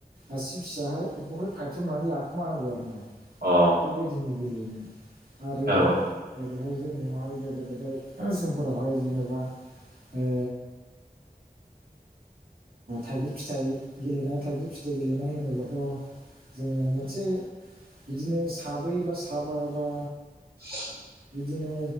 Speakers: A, on the right; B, on the right.
A: आसि फिसाहाय बेखौहाय फायथ'नानै लाखोमानांगौ आरो ना।
B: अ
A: बेबायदिनो गेलेयोमोन आरो
B: औ
A: जेरैहाय जोंनियाव बेहाय गोेदो गोदाय समफोरावहाय जेनेबा ओ थाइगिर फिथाइ गेलेनाय थाइगिर फिथाइ गेलेनाय होनोब्लाथ' जोङो मोनसे बिदिनो साब्रै बा साबा बा
B: <unintelligible>
A: बिदिनो